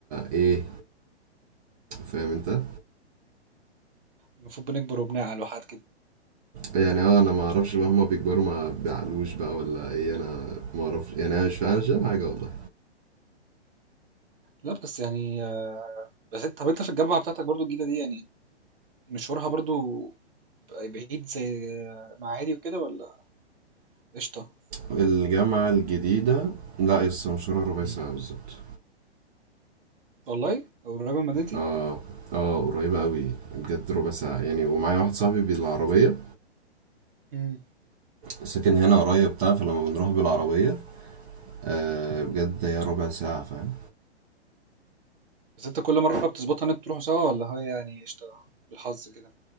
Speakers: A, on the right; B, on the right.
A: ايه فاهم انت
B: المفروض بنكبر وبنعقل وحاجات كده.
A: يعني اه انا ما اعرفش بقى هما بيكبروا ما بيعقلوش بقى ولا ايه انا ما اعرفش يعني انا مش فاهم مش فاهم حاجة والله
B: لأ، بس يعني آآ، بس أنت طَب أنت في الجامعة بتاعتك برضه الجديدة دي يعني مشوارها برضه ب بعيد زي آه، معادي وكده والّا قشطة؟
A: الجامعة الجديدة لا يسطا مشوارها ربع
B: إمم.
A: ساعة بالظبط
B: والله؟ قريبة من مدينتي؟
A: اه اه قريبة قوي بجد ربع ساعة يعني ومعايا واحد صاحبي بالعربية
B: إمم.
A: ساكن هنا قريب بتاع فلما بنروح بالعربية آه بجد هي ربع ساعة فاهم
B: بس أنت كل مرة بتضبطها إن أنتوا تروحوا سوا والّا هي يعني قشطة بالحظ كده؟